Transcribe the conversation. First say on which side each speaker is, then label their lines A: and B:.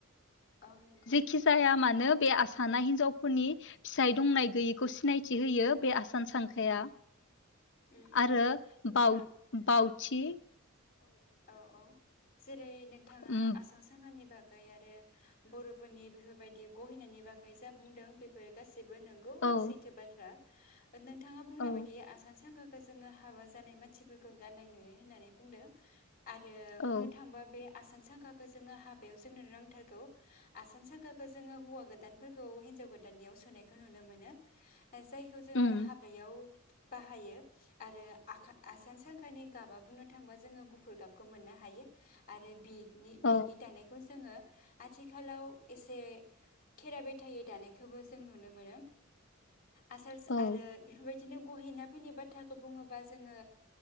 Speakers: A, on the left; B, on the left.
A: औ नंगौ
B: जेखि जाया मानो बे आस साना हिन्जावफोरनि फिसाय दंनाय गैयिखौ सिनायथि होयो बे आसान सांखाया
A: उम उम
B: आरो
A: नोंथां
B: बाउ बाउथि
A: औ औ जेरै नोंथाङा
B: उम
A: आसान सांखानि बागै गै आरो बरफोरनि बेफोरबायदि गहिनायनि बागै जा बुंदों बेफोर गासि बेबो नंगौ
B: औ
A: आरो सैथो बाथ्रा नोंथाङा बुंनाय
B: औ
A: बायदि आसान सांखाखौ जोङो हाबा जानाय मानसिफोरखौ गाननाय नुयो होननानै बुंदो आरो
B: औ
A: बुंनो थाङोबा बे आसान सांखाखौ जोङो हाबायाव जोंनो नांथारगौ आसान सांखाखौ जोङो हौवा गोदानफोरखौ हिनजाव गोदाननियाव सोनायखौ नुनो मोनो जायखौ जोङो
B: उम
A: हाबायाव बाहायो आरो आखा आसान सांखानि गाबा बुंनो थाङोबा जोङो गुफुर गाब खौ मोननो हायो आरो बि नि बिनि
B: औ
A: दानायखौ जोङो आथिखालाव एसे खेरा बेथायै दानायखौबो जों नुनो मोनो आसार
B: औ
A: आरो बेफोरबाय बिदिनो गहेना फैनाय बाथ्राखौ बुङोबा जोङो